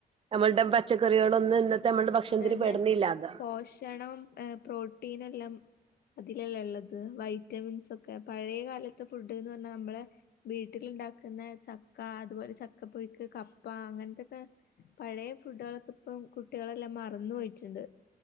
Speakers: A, on the right; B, on the left.
A: നമ്മളുടെ പച്ചക്കറികളൊന്നും ഇന്നത്തെ നമ്മളുടെ ഭക്ഷണത്തിന്
B: അതന്നെ
A: പെടുന്നില്ലാ അതാ
B: പോഷണം ഏ പ്രോട്ടീനെല്ലാം അതിലല്ലേ ഒള്ളത്. വൈറ്റമിൻസ് ഒക്കെ പഴയ കാലത്തെ ഫുഡ്ന്ന് പറഞ്ഞാ നമ്മളെ വീട്ടിലുണ്ടാക്കുന്ന ചക്ക അതുപോലെ ചക്കപ്പുഴക്ക് കപ്പ അങ്ങനത്തെക്കെ പഴയ ഫുഡ്കളൊക്കെ ഇപ്പം കുട്ടികളെല്ലാം മറന്നു പോയിട്ടുണ്ട്.